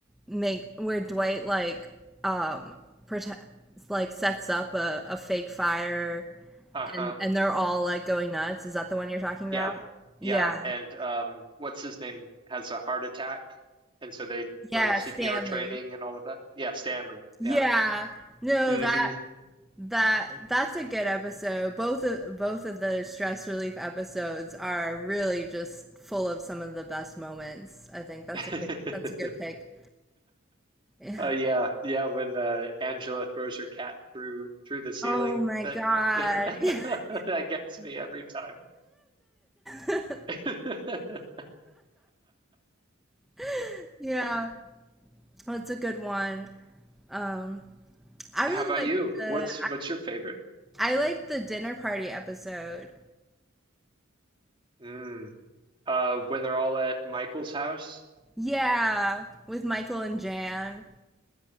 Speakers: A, in the centre; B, on the right.
A: make where Dwight like um protect like sets up a, a fake fire
B: uh-huh.
A: and and they're all like going nuts. Is that the one you're talking about?
B: Yeah. Yeah,
A: Yeah.
B: and um what's his name has a heart attack and so they
A: Yeah,
B: learn CPR
A: Stanley.
B: training and all of that. Yeah, Stanley.
A: Yeah.
B: Yeah.
A: No,
B: hmm
A: that that that's a good episode. Both of both of the stress relief episodes are really just full of some of the best moments. I think that's
B: <laughs>
A: a good that's a good pick. <laughs> Yeah.
B: Uh yeah, yeah, when uh Angela throws her cat through through the ceiling,
A: Oh my
B: that
A: god.
B: <laughs> that
A: <laughs>
B: gets me every time.
A: Save Bandit.
B: <laughs>
A: <laughs> yeah, that's a good one. Um I really
B: How about
A: like
B: you?
A: the
B: What's what's your favorite?
A: I, I like the dinner party episode.
B: Mm. Uh when they're all at Michael's house
A: Yeah, with Michael and Jan.